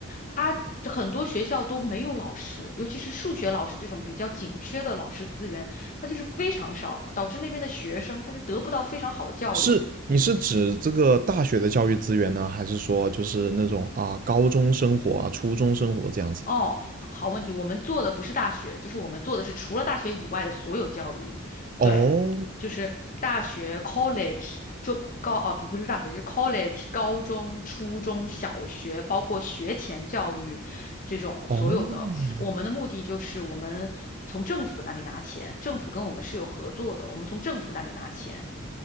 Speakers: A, on the left; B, on the right.
A: 它。很多学校都没有老师，尤其是数学老师这种比较紧缺的老师资源，它就是非常少，导致那边的学生他就得不到非常好的教育。
B: 是，你是指这个大学的教育资源呢，还是说就是那种啊高中生活啊初中生活这样子的
A: 哦，好问题，我们做的不是大学，就是我们做的是除了大学以外的所有教育，
B: 哦
A: 对，就是大学 college 中高啊不不是大学，就是 college 高中、初中小学，包括学前教育这种所有的。
B: 哦，
A: 我们的目的就是我们从政府那里拿钱，政府跟我们是有合作的，我们从政府那里拿钱。